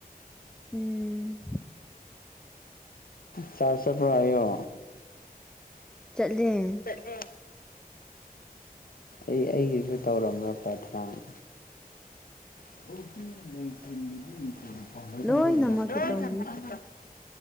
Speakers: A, in the centre; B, on the left (about 65°).
A: ꯎꯝ
B: ꯆ꯭ꯔ ꯆꯠꯄ꯭ꯔ ꯍꯥꯏꯌꯣ
A: ꯆꯠꯂꯦ
B: ꯆꯠꯂꯦ ꯑꯩ ꯑꯩꯒꯤꯁꯨ ꯇꯧꯔꯝꯕ꯭ꯔ ꯄ꯭ꯔꯊꯥꯅ <unintelligible>
A: ꯂꯣꯏꯅꯃꯛꯀꯤ ꯇꯧꯕꯤ